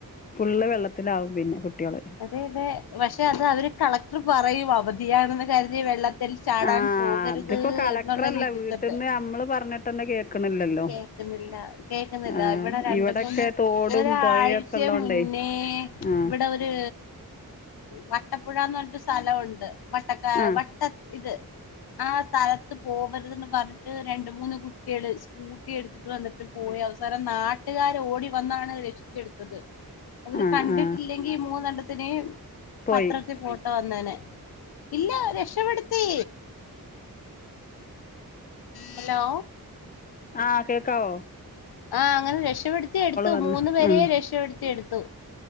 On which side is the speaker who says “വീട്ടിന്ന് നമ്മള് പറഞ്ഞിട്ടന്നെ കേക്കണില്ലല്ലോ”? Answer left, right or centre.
Left